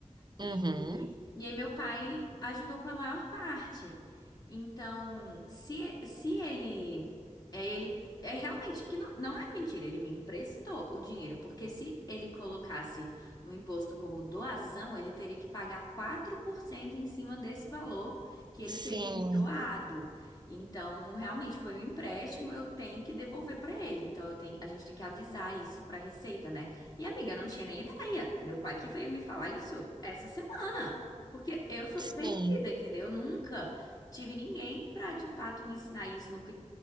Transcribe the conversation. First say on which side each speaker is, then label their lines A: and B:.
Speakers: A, on the left (about 30°); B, on the right (about 35°).
A: E,
B: Uhum.
A: e, e aí meu pai ajudou com a maior parte. Então, se, se ele, é ele, é realmente que não, não é mentira, ele me emprestou o dinheiro, porque se ele colocasse no imposto como doação, ele teria que pagar 4% em cima desse valor que ele
B: Sim,
A: teria me doado. Então, realmente foi um empréstimo, eu tenho que devolver para ele. Então, eu tenho, a gente tem que avisar isso para a Receita, né? E amiga, eu não tinha nem ideia. Meu pai que veio me falar isso essa semana. Porque eu sou
B: sim.
A: perdida, entendeu? Eu nunca tive ninguém pra de fato me ensinar isso. Nunca...